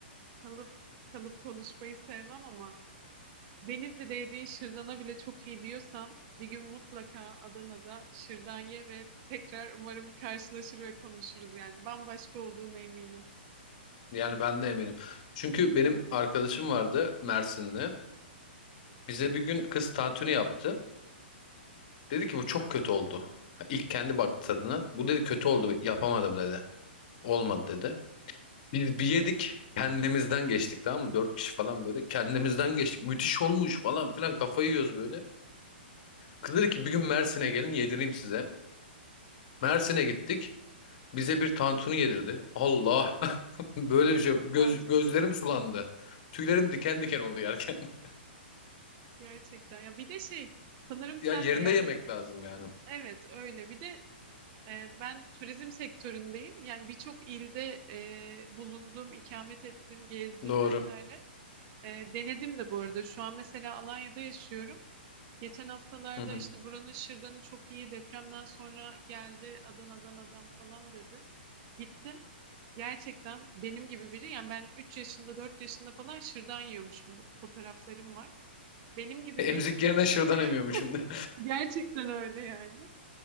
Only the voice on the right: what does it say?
kalıp kalıp konuşmayı sevmem ama Denizli'de yediğin şırdana bile çok iyi diyorsan bir gün mutlaka Adana'da şırdan ye ve tekrar umarım karşılaşır ve konuşuruz yani. Bambaşka olduğuna eminim.
Çok
Utanmıyoruz.
Gerçekten. Ya bir de şey sanırım sen
de yani
evet öyle. Bir de e, ben turizm sektöründeyim. Yani birçok ilde e, bulundum, ikamet ettim, gezdim
vesaire. E, denedim de bu arada. Şu an mesela Alanya'da yaşıyorum. Geçen haftalarda
işte buranın şırdanı çok iyi depremden sonra geldi Adana'dan adam falan dedi. Gittim. Gerçekten benim gibi biri yani ben 3 yaşında 4 yaşında falan şırdan yiyormuşum. Fotoğraflarım var. benim gibi
biri.
<laughs>
Gerçekten öyle yani.